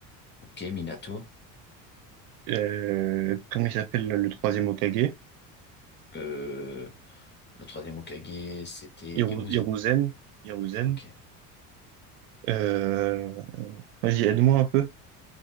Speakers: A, on the left (about 25°); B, on the right (about 85°).
A: Ok, Minato.
B: euh, comment il s'appelle le troisième Hokage?
A: Euh, le troisième Hokage, c'était
B: Hiru-
A: Hiruzen.
B: Hiruzen, Hiruzen.
A: Ok.
B: Euh, vas-y, aide-moi un peu,